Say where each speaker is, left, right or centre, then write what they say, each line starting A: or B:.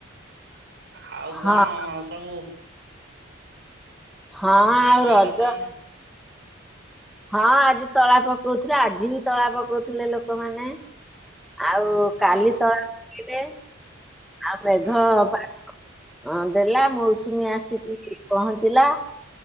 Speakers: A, on the right; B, in the centre.
A: ହାଉ
B: ହଁ
A: କଣ ସବୁ
B: ହଁ
A: ତମ
B: ଆଉ ରଜ
A: ଆଡେ ତାହେନେ
B: ହଁ ଆଜି ତଳା ପକଉଥିଲେ ଆଜି ବି ତଳା ପକଉଥିଲେ ଲୋକମାନେ। ଆଉ
A: ହଁ
B: କାଲି ତଳା ପକେଇଲେ ଆଉ ମେଘ
A: ହଁ।
B: <inaudible> ଅଁ ଦେଲା ମୌସୁମୀ ଆସିକି ପହଞ୍ଚିଲା।